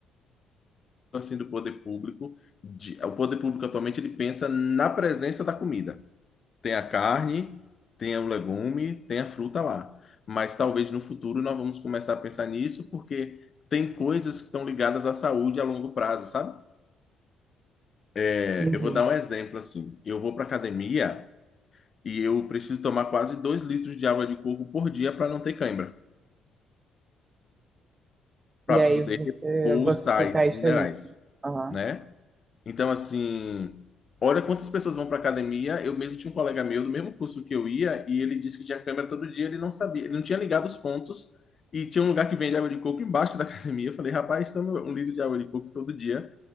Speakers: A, on the left; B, on the right.
A: assim do poder público, de- o poder público atualmente ele pensa na presença da comida. Tem a carne, tem o legume, tem a fruta lá. Mas talvez no futuro nós vamos começar a pensar nisso porque tem coisas que estão ligadas à saúde a longo prazo, sabe? É,
B: entendi.
A: eu vou dar um exemplo assim. Eu vou para academia E eu preciso tomar quase 2 litros de água de coco por dia para não ter cãibra, para
B: E aí
A: poder
B: você,
A: repor
B: você
A: os sais
B: testa
A: minerais,
B: isso. Aham.
A: né? Então, assim, olha quantas pessoas vão para academia. Eu mesmo tinha um colega meu do mesmo curso que eu ia e ele disse que tinha câimbra todo dia. Ele não sabia, ele não tinha ligado os pontos. E tinha um lugar que vende água de coco embaixo da <laughs> academia. Eu falei, rapaz, toma um litro de água de coco todo dia